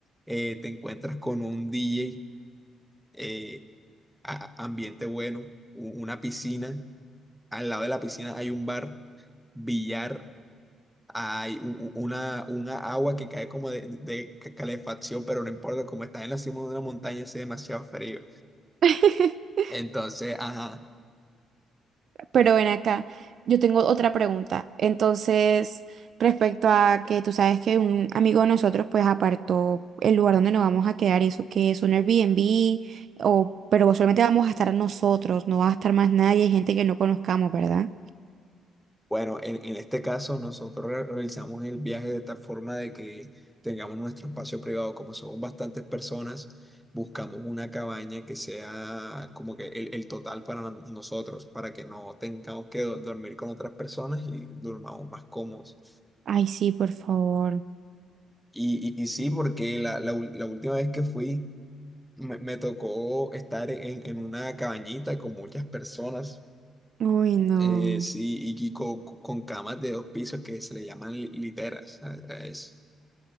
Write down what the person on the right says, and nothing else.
<laughs>
Pero ven acá, yo tengo otra pregunta. Entonces, respecto a que tú sabes que un amigo de nosotros pues apartó el lugar donde nos vamos a quedar y eso que es un Airbnb o pero solamente vamos a estar nosotros, no va a estar más nadie, gente que no conozcamos, ¿verdad?
Ay, sí, por favor.
Uy, no.